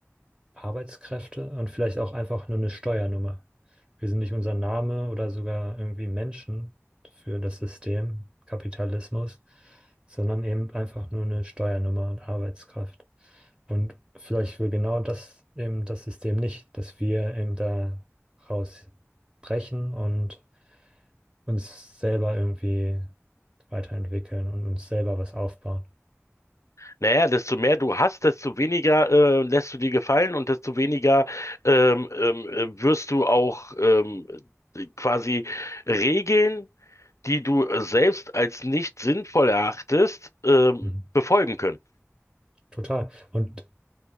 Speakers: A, on the right; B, on the left.
A: Arbeitskräfte und vielleicht auch einfach nur eine Steuernummer. Wir sind nicht unser Name oder sogar irgendwie Menschen für das System Kapitalismus, sondern eben einfach nur eine Steuernummer und Arbeitskraft. Und vielleicht will genau das eben das System nicht, dass wir eben da rausbrechen und uns selber irgendwie weiterentwickeln und uns selber was aufbauen.
B: naja, desto mehr du hast, desto weniger äh, lässt du dir gefallen und desto weniger ähm, ähm, äh, wirst du auch ähm, quasi Regeln, die du selbst als nicht sinnvoll erachtest, ähm,
A: Mhm.
B: befolgen können.
A: Total. Und